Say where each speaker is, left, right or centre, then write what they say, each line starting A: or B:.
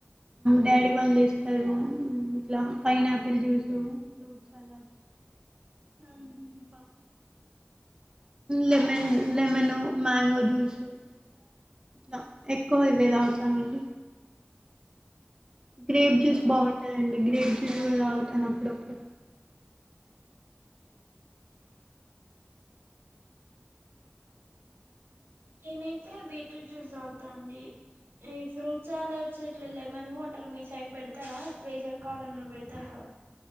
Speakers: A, on the right; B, on the right.
A: డాడీ వాళ్ళు తెస్తారు ఇంట్లో పైన్ ఆపిల్ జ్యూస్ ఫ్రూట్ అలాడ్
B: అవును
A: అకాా లెమన్ లెమన్ మ్యాంగో జ్యూసు ఇట్లా ఎక్కువ ఇవే తాగుతానండి గ్రేబ్ జ్యూస్ బాగుంటాందండి గ్రేబ్ జ్యూస్ కూడా తగుతాను అప్పుడప్పుడు
B: నేనైతే బీట్రూట్ జ్యూస్ తాగుతా అండి ఈ ఫ్రూట్ చాలస్ ఇట్ల లెమన్ వాటర్ మీ సైడ్ పెడతారా వేసేవి కాలంలో పెడతారు కదా